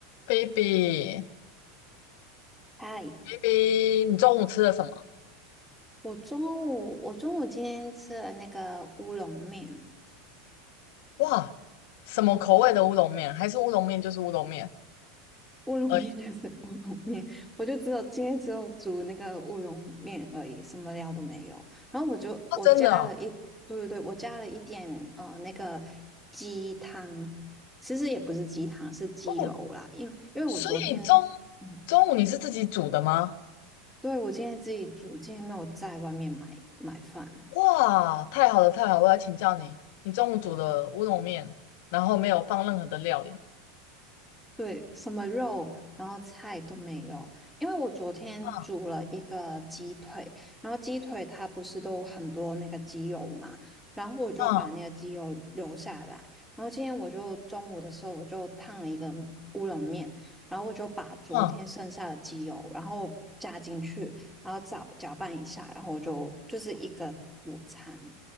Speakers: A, on the left; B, in the centre.
A: ，baby
B: 嗨，
A: baby，你中午吃了什么？
B: 我中午我中午今天吃了那个乌龙面，
A: 哇，什么口味的乌龙面？还是乌龙面就是乌龙面
B: 乌龙面
A: 而已？
B: <laughs> 就是乌龙面，我就只有今天只有煮那个乌龙面而已，什么料都没有。然后我就我加了一，
A: 哦，真的哦。
B: 对对对，我加了一点呃那个鸡汤，其实也不是鸡汤，是鸡油啦，
A: 哦，
B: 因为因为我昨天，
A: 所以中
B: 嗯，
A: 中午你是自己煮的吗？
B: 对，我今天自己煮，今天没有在外面买买饭。
A: 哇，太好了太好了，我要请教你，你中午煮的乌龙面，然后没有放任何的料理，
B: 对，什么肉，然后菜都没有，因为我昨天煮了一个鸡腿，
A: 嗯
B: 然后鸡腿它不是都很多那个鸡油嘛，然后我就把那个鸡油留下来，
A: 嗯
B: 然后今天我就中午的时候我就烫了一个乌龙面，然后我就把昨天剩下的鸡油，
A: 嗯，
B: 然后加进去，然后搅搅拌一下，然后我就就是一个午餐，